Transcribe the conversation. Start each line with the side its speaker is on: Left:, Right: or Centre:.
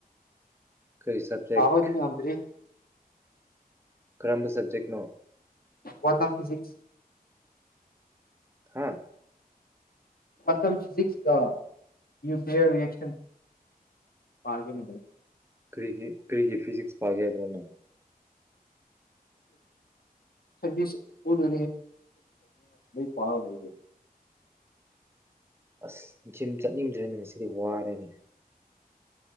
Right: ꯀꯔꯤ ꯁꯕꯖꯦꯛ
Left: ꯄꯥꯕꯗꯤ ꯉꯝꯗ꯭ꯔꯤ
Right: ꯀꯔꯝꯕ ꯁꯕꯖꯦꯛꯇꯅꯣ
Left: ꯋꯥꯊꯝ ꯐꯤꯖꯤꯛꯁ
Right: ꯍꯥꯥ
Left: ꯄꯊ ꯐꯖꯤꯁ ꯅꯌꯨꯂꯤꯌꯥꯌꯔꯔꯤꯌꯦꯛꯁꯟ ꯃꯥꯔꯒꯦ
Right: ꯀꯔꯤꯒꯤ ꯀꯔꯤꯒꯤ ꯐꯤꯖꯤꯛꯁ ꯄꯥꯒꯦꯗꯅꯣ
Left: ꯁꯟꯗꯤꯁ ꯎꯟꯁ ꯄ ꯂꯩ
Right: ꯑꯁ ꯖꯤꯝ ꯆꯠꯅꯤꯡꯗ꯭ꯔꯦꯅꯦ ꯉꯁꯤꯗꯤ ꯋꯥꯔꯦꯅꯦ